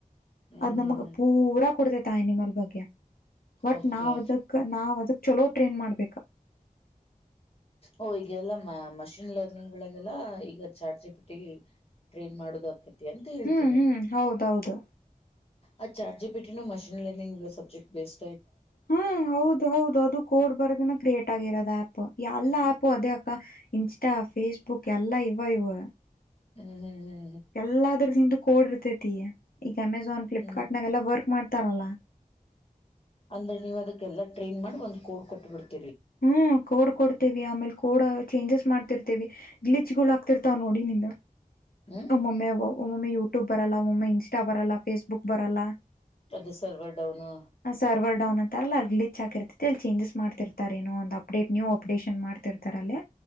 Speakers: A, on the left; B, on the left.
A: ಹ್ಮ್
B: ಅದ್ ನಮಗ್
A: ಹ್ಮ್ ಹ್ಮ್
B: ಪೂರಾ ಕೊಡತೈತಿ ಆ ಆನಿಮ್ಮಲ್ ಬಗ್ಗೆ ವಟ್
A: ಓಕೆ
B: ನಾವದಕ್ ನಾವದಕ್ ಚಲೋ ಟ್ರೈನ್ ಮಾಡ್ಬೇಕ
A: ಓ ಈಗೆಲ್ಲ ಮ ಮಷಿನ್ ಲರ್ನಿಂಗ್ಗಳಿಗೆಲ್ಲ ಈಗ ಚಾಟ ಜಿಪಿಟ್ಟಿ ಟ್ರೈನ್ ಮಾಡೋದು ಆಕತಿ ಅಂತ ಹೇಳ್ತೀನಿನ
B: ಹ್ಮ್ ಹ್ಮ್ ಹೌದೌದು
A: ಆ ಚಾಟ ಜಿಪಿಟಿನು ಮಷೀನ್ ಲರ್ನಿಂಗ್ ಸಬ್ಜೆಕ್ಟ್ ಬೇಸ್
B: ಹಾ ಹೌದು ಹೌದು ಅದು ಕೋಡ್ ಬರದನ್ನ ಕ್ರಿಯೇಟ್ ರೋದ ಆ್ಯಪ್ ಎಲ್ಲ ಆ್ಯಪು ಅದೇ ಅಕ್ಕ ಇನ್ಸ್ಟಾ ಫೇಸ್ಬುಕ್ ಎಲ್ಲಾ ಇವ ಇವು
A: ಹ್ಮ್ ಹ್ಮ್ ಹ್ಮ್
B: ಎಲ್ಲಾದರದ ಹಿಂದು ಕೋಡ್ ಇರ್ತೈತಿ ಈಗ ಅಮೆಝಾನ್ ಫ್ಲಿಪ್ಕಾರ್ಟ್ನಾಗೆಲ್ಲ
A: ಹ್ಮ್ ಹ್ಮ್
B: ವರ್ಕ್ ಮಾಡ್ತ ತರಲ
A: ಅಂದ್ರೆ ನೀವು ಅದಕ್ಕೆೆಲ್ಲ ಟ್ರೈನ್ ಮಾಡಿ ಒಂದ ಕೋಡ್ ಕೊಟ್ಟ ಬಿಡ್ತೀವಿ
B: ಹ್ಮ್ ಕೂಡ್ ಕೊಡ್ ಆಮೇಲೆ ಕೋಡ ಚೇಂಜಸ್ ಮಾಡ್ತಿರ್ತೇವಿ ಗ್ಲಿಚ್ ಗಳು ಆಗ್ತಿರ್ತಾವ ನೋಡಿ ನಿನ್ನ
A: ಹ್ಮ್
B: ಒಮ್ಮೊಮ್ಮೆ ಒಮ್ಮೊಮ್ಮೆ ಯೂಟ್ಯೂಬ್ ಬರಲ್ಲ ಒಮ್ಮೊಮ್ಮೆ ಇನ್ಸ್ಟಾ ಬರಲ್ಲ ಫೇಸ್ಬುಕ್ ಬರಲ್ಲ
A: ಅದು ಸರ್ವರ್ ಡೌನ್ ಹಾ
B: ಹ ಸರ್ವರ್ ಡೌನ್ ಅಂತಾರಲ್ಲ ಗ್ಲಿಚ ಹಾಕಿರ್ತ್ತ ಚೇಜಸ್ ಮಾಡ್ತಿರ್ತಾರ ಏನೋ ಒಂದು ಅಪ್ಡೇಟ ನ್ಯೂ ಅಪ್ಡೇಷನ್ ಮಾಡ್ತಿರ್ತಾರ ಅಲ್ಲಿ